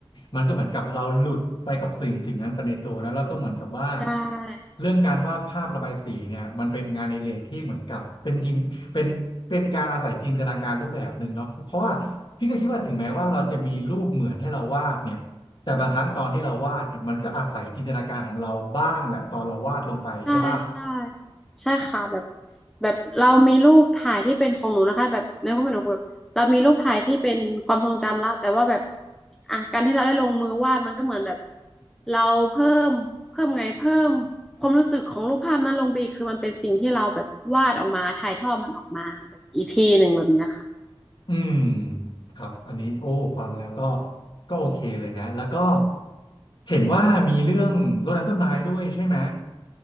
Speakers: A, on the left (about 55°); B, in the centre.
A: มันก็เหมือนกับเราหลุดไปกับสิ่งสิ่งนั้นไปในตัวนะแล้วก็เหมือนกับว่า
B: ใช่
A: เรื่องการวาดภาพระบายสีเนี่ยมันเป็นงานในเรกที่เหมือนกับเป็นจินเป็นเป็นการอาศัยจินตนาการรูปแบบหนึ่งเนาะเพราะว่าพี่ก็คิดว่าถึงแม้ว่าเราจะมีรูปเหมือนให้เราวาดเนี่ย แต่บางครั้งตอนที่เราวาดเนี่ยมันก็อาศัยจินตนาการของเราบ้างแหละตอนเราวาดลงไปใช่ป่ะ
B: ใช่ใช่ใช่ค่ะแบบแบบเรามีรูปถ่ายที่เป็นของหนูนะคะแบบในความเป็นหนูแบบเรามีรูปถ่ายที่เป็นความทรงจำละแต่ว่าแบบอ่ะการที่เราได้ลงมือวาดมันก็เหมือนแบบเราเพิ่มเพิ่มไงเพิ่มความรู้สึกของรูปภาพนั้นลงไปอีกคือมันเป็นสิ่งที่เราแบบวาดออกมาถ่ายทอดมันออกมาแบบอีกทีหนึ่งแบบเนี้ยค่ะ
A: อืมครับอันนี้โอ้ฟังแล้วก็ก็โอเคเลยนะแล้วก็เห็นว่ามีเรื่องรดน้ำต้นไม้ด้วยใช่ไหม